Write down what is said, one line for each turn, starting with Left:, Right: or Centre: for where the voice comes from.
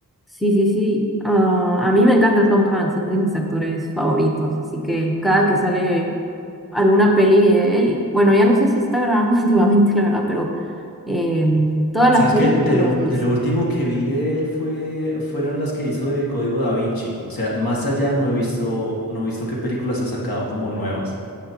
Centre: Sí, sí, sí. Ah, a mí me encanta Tom Hanks, es de mis actores favoritos, así que cada que sale alguna peli de él, bueno, ya no sé si está grabando <laughs> últimamente, la verdad, pero em, todas
Left: Sabes
Centre: las películas
Left: que de
Centre: que
Left: lo,
Centre: lo seguís.
Left: de lo último que vi de él fue, fueron las que hizo de Código Da Vinci. O sea, más allá no he visto, no he visto qué películas ha sacado como nuevas.